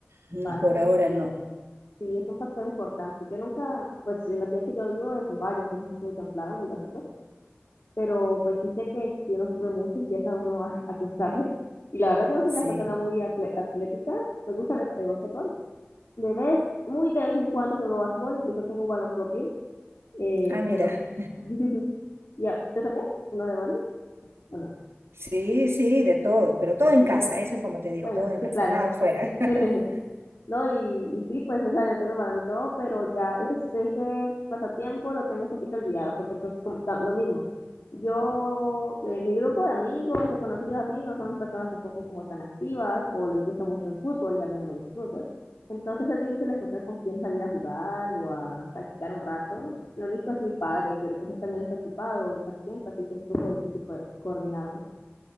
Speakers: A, on the right; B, on the left.
A: mm,
B: vaya.
A: por ahora no,
B: Sí, es un factor importante. Yo nunca, pues en la ciudad que yo vivo es un valle, entonces es muy templado, muy bajito, pero pues sí sé que si uno sube mucho empieza uno a, a acostarse. Y la verdad yo no soy
A: sí.
B: una persona muy atle- atlética, me gusta el, el básquetbol. De vez, muy de vez en cuando juego básquetbol, incluso tengo un balón propio, eh,
A: Ah, mira,
B: pero... <laughs> ya, ¿tú también? ¿Uno de balón? ¿O no?
A: sí, sí, de todo, pero todo
B: Ah,
A: en
B: imagina.
A: casa, eso es como te digo,
B: Bueno,
A: todo en
B: sí,
A: casa,
B: claro.
A: nada afuera.
B: <laughs>
A: <laughs>
B: No, y, y sí, pues, o sea, yo tengo el balón y todo, pero ya ese, ese pasatiempo lo tengo un poquito olvidado, porque pues como- tam- lo mismo. Yo, eh, mi grupo de amigos, de conocidos así, no son personas tampoco como tan activas, o les gusta mucho el fútbol, y a mí no me gusta el fútbol. Entonces es difícil encontrar con quién salir a jugar o a practicar un rato. Lo único es mi padre, pero pues él también está ocupado casi siempre, así que es un poco difícil co- coordinarnos.